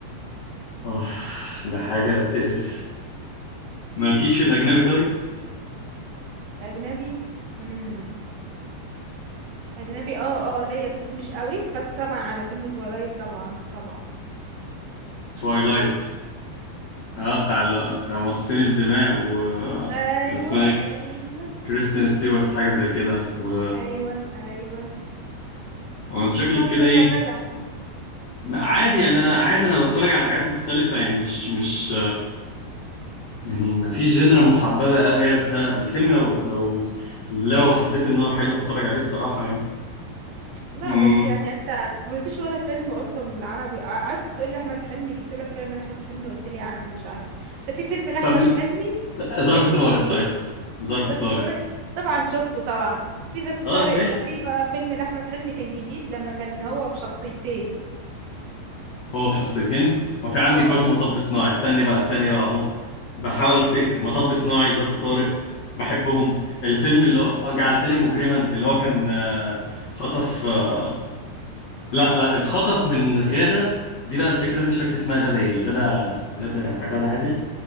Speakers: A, on the left (about 80°); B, on the right (about 70°).
A: أوه ده حاجة تقرف مالكيش في الأجنبي طيب؟
B: اجنبي امم اجنبي اه اه ليا بس مش قوي اتفرجت طبعا على فيلم تولايت طبعا طبعا
A: توايلايت اه بتاع
B: امم
A: ال... بتاع مصاصين الدماء و
B: ايوه
A: كان اسمها
B: ايوه
A: ك- كريستين ستيوارت حاجة زي كده و
B: ايوه ايوه
A: وانت شكلك
B: طب ما
A: كده
B: انت
A: ايه
B: شغال اهو
A: ما- عادي يعني انا عادي انا بتفرج على حاجات مختلفة يعني مش مش يعني ما فيش جنرا محببة قوي يعني بس انا الفيلم لو لو لو حسيت ان هو حلو هتفرج عليه الصراحة يعني
B: لا
A: امم
B: بس يعني انت ما فيش ولا فيلم قلته من العربي قعدت تقول لي احمد حلمي جبت لك فيلم لاحمد حلمي قلت لي يا عم مش عارف ده في فيلم لاحمد
A: طب
B: حلمي
A: ظرف
B: ماشي
A: طارق
B: جديد
A: طيب ظرف
B: ظرف
A: طارق
B: طارق طبعا شفته طبعا في ظرف
A: طب
B: طارق
A: ماشي
B: بقى في بقى فيلم لأحمد حلمي كان جديد لما كان هو بشخصيتين
A: هو بشخصيتين وفي عندك
B: اه
A: برضو مطب صناعي استني بقى استني بقى اهو بحاول افتكر مطب صناعي ظرف طارق بحبهم الفيلم اللي جعلتني مجرما اللي هو كان آه، خطف آه، لا لا
B: امم
A: اتخطف من غادة دي بقى الفكرة انا مش فاكر اسمها غادة ايه غادة غادة غادة عادل